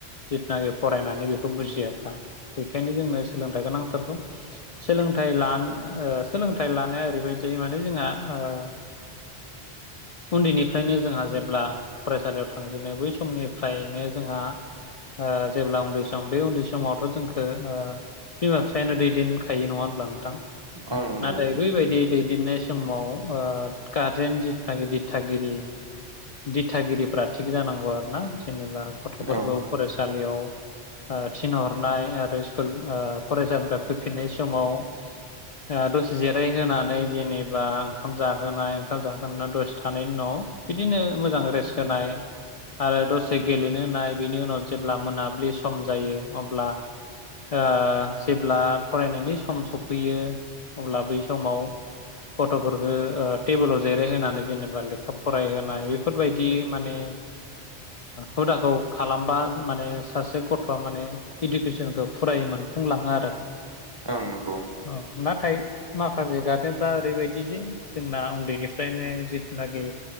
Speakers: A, on the left (about 55°); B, on the right (about 30°).
A: जिथुनाखि फरायनानै बेखौ बुजिया दा बेखायनो जोंनो सोलोंथाइ गोनांथारगौ। सोलोंथाइ लान ओ सोलोंथाइ लानो ओरैबायदि जायो माने जोंहा ओ उन्दैनिफ्रायनो जोंहा जेब्ला फरायसालियाव थांजेनो बै समनिफ्रायनो जोंहा ओ जेब्ला उन्दै सम बे उन्दै समावथ' जोंखो ओ बिमा बिफायानो दैदेनखायो नङा होनब्ला नोंथां
B: ओं नंगौ
A: नाथाय बैबायदि दैदेननाय समाव ओ गारजेन जिथागि दिथागिरि दिथागिरिफ्रा थिग जानांगौ आरो ना जेनेबा गथ'फोरखौ
B: औ
A: फरायसालियाव ओ थिनहरनाय आरो स्कुल ओ फरायसालिनिफ्राय फैफिननाय समाव ओ दसे जिरायहोनानै जेनेबा ओंखाम जाहोनाय ओंखाम जाहोना दसे थानायनि उनाव बिदिनो मोजां रेस होनाय आरो दसे गेलेनो होननाय बिनि उनाव जेब्ला मोनाब्लि सम जायो अब्ला ओ जेब्ला फरायनायनि सम सफैयो अब्ला बै समाव गथ'फोरखौ ओ टेबोलाव जिरायहोनानै जेनेबा लेखा फरायहोनाय बेफोरबायदि माने हुदाखौ खालामबा माने सासे गथ'आ माने इडुकेसनखौ फुरायै मोनफुंलाङो आरो।
B: ओं नंगौ
A: औ नाथाय माखासे गार्जेनफ्रा ओरैबायदि जे जोंना उन्दैनिफ्रायनो जि नागि